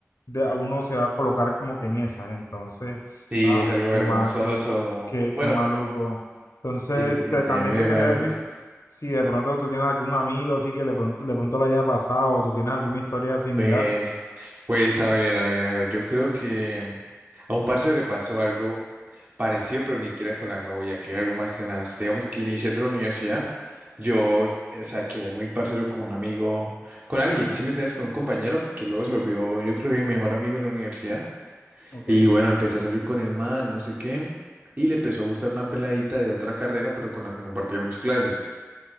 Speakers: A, on the left; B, on the right.
A: de, a uno se va a colocar como que en esas. Entonces,
B: Sí,
A: ah,
B: es algo
A: qué
B: vergonzoso.
A: mal, qué,
B: como-
A: qué,
B: Bueno,
A: qué maluco. Entonces,
B: sí, sí,
A: te-
B: sí,
A: también
B: ahí medio
A: te quería
B: maluco.
A: decir si de pronto tú tienes algún amigo así que de pronto, de pronto le haya pasado o tú tienes alguna historia similar.
B: Pues, pues, a ver, a ver, a ver. Yo creo que a un parce le pasó algo parecido, pero ni siquiera con la novia, que es algo más tenaz. Digamos que iniciando la universidad, yo eh, saqué muy parcero con un amigo, con alguien, ¿Sí me entiendes? Con un compañero, que luego se volvió, yo creo que mi mejor amigo en la universidad.
A: Ok,
B: Y bueno, empecé a salir con el man, no sé qué, y le empezó a gustar una peladita de otra carrera, pero con la que compartíamos clases.